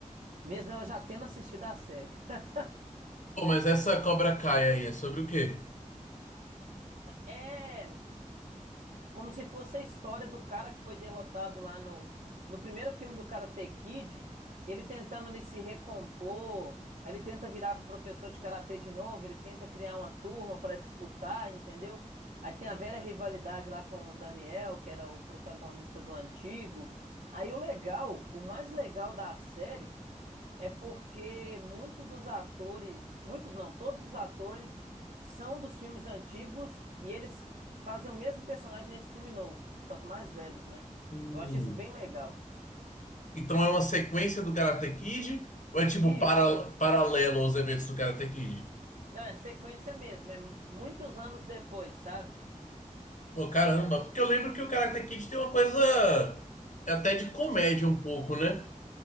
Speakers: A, on the right; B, on the left.
A: Mesmo ela já tendo assistido a série. <laughs>
B: Pô, mas essa Cobra Kai aí é sobre o quê?
A: É como se fosse a história do cara que foi derrotado lá no, no primeiro filme do Karate Kid, ele tentando ele se recompor, aí ele tenta virar professor de karatê de novo, ele tenta criar uma turma para disputar, entendeu? Aí tem a velha rivalidade lá com o Daniel, que era o protagonista do antigo. Aí o legal, o mais legal da série é porque muitos dos atores, muitos não, todos os atores são dos filmes antigos e eles fazem o mesmo personagem nesse filme novo, só que mais velhos, né?
B: Hum.
A: Eu acho isso bem legal.
B: Então é uma sequência do Karate Kid ou é tipo
A: Isso,
B: para-
A: é.
B: paralelo aos eventos do Karate Kid?
A: Não, é sequência mesmo, é muitos anos depois, sabe?
B: Pô, caramba, porque eu lembro que o Karate Kid tem uma coisa até de comédia um pouco, né?